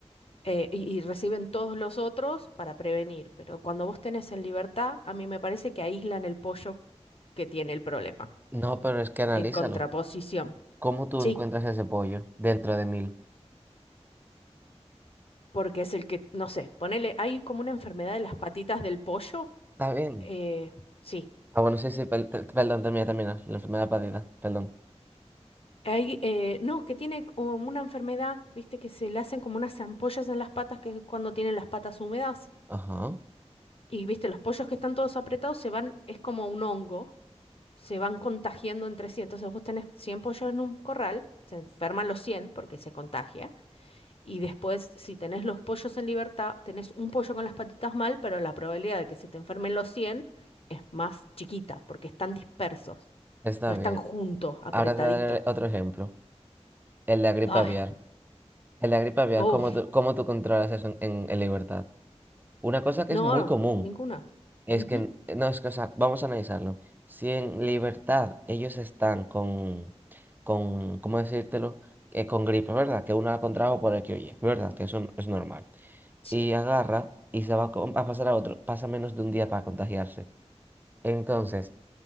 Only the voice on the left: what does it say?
eh, y, y reciben todos los otros para prevenir. Pero cuando vos tenés en libertad, a mí me parece que aíslan el pollo que tiene el problema,
en contraposición.
Sí.
Porque es el que, no sé, ponele, hay como una enfermedad de las patitas del pollo.
eh, sí.
Hay, eh, no, que tiene como una enfermedad, viste, que se le hacen como unas ampollas en las patas, que es cuando tienen las patas húmedas.
Y viste, los pollos que están todos apretados se van, es como un hongo, se van contagiando entre sí. Entonces vos tenés 100 pollos en un corral, se enferman los 100 porque se contagia. Y después, si tenés los pollos en libertad, tenés un pollo con las patitas mal, pero la probabilidad de que se te enfermen los 100 es más chiquita, porque están dispersos,
no están
juntos, apretaditos.
Ay,
oh,
no,
no, ninguna.
Ujú.
Sí.